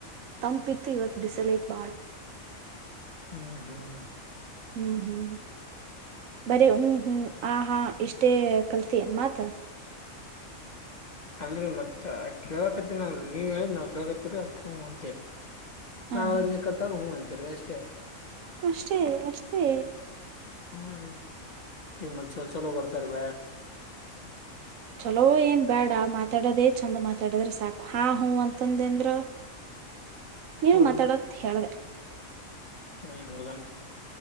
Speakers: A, on the right; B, on the left.
A: ತಂಪಿತ್ತ ಇವತ್ ಬಿಸಲ ಐತ್ ಬಾಳ
B: ಹ್ಮ್ ಹ್ಮ್
A: ಹ್ಮ್ ಹ್ಮ್ ಬರಿ ಹ್ಮ್ ಹ್ಮ್ ಆ ಹಾ ಇಷ್ಟೇ ಕಲ್ತಿ ಏನ್ ಮಾತ
B: ಅಲ್ರರಿ ಮತ್ತತ್ ಕೇಳಕತ್ತರಿ ಅಲ್ರಿ ನೀವ್ ಹೇಳಿ ನಾವ್ ಕೇಕತ್ತರಿ ಅ ಅಂತ
A: ಹಾ
B: <unintelligible>
A: ಹಾ
B: ಹು ಅಂತಿರ್ ಅಷ್ಟೇ.
A: ಅಷ್ಟೇ ಅಷ್ಟೇ.
B: ಹ ರೀ ಈಗ ಮತ್ತ್ <unintelligible>
A: ಚಲೋ ಏನ್ ಬ್ಯಾಡ ಮಾತಾಡೋದೇ ಚಂದ ಮಾತಾಡದ್ರ ಸಾಕು ಹಾ ಹೂ ಅಂತಂದ ಅಂದ್ರ ನೀನ್
B: ಹೌದನ್ರಿ
A: ಮಾತಾಡತ್ ಹೇಳ್ದೆ.
B: ಹ ರೀ ಹೌದೇನ್ರಿ